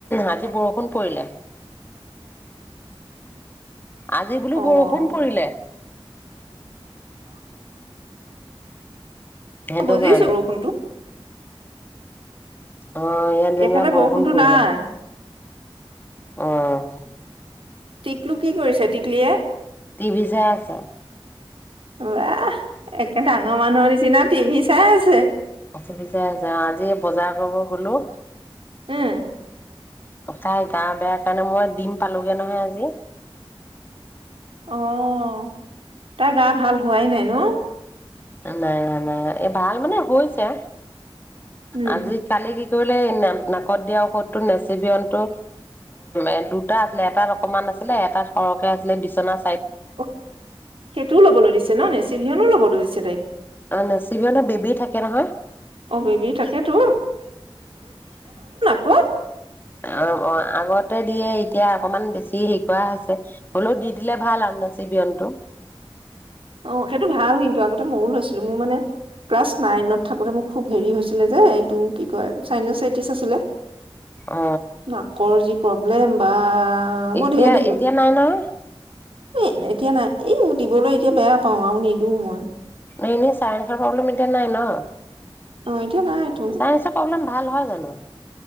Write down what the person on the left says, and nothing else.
আজি বৰষুণ পৰিলে আজি বোলো
বৰষুণ পৰিলে। সেইটো
কাৰণে
অ ইয়াত যেনিবা
বৰষুণ
পৰিলে
আহ
টিভি চাই আছ
অথনিতে যাওঁ, আজি বজাৰ কৰিব গ'লো
তাই গা বেয়া কাৰণে মই দিম পালোগে নহয় আজি।
নাই হোৱা নাই হোৱা এই ভাল মানে হৈছে
আজিকালি কি কৰিলে নাকত দিয়া ঔষধটো নেচিবিহনটো এ দুটা আছিলে এটাত অকমান আছিলে এটাত সৰহকে আছিলে বিচনাত
অ' নেচিবিহনত বেবি থাকে নহয়।
অ', অ', আগতে দিয়ে এতিয়া অকমান বেছি হেয়ি কৰা হৈছে হ'লেও, দি দিলে ভাল আৰু নেচিভিয়নটো।
অ
এতিয়া,
এতিয়া নাই নহয়?
এনে চায়েন্সৰ প্ৰব্লেম এতিয়া নাই ন?
চাইন্সৰ প্ৰব্লেম ভাল হল জানো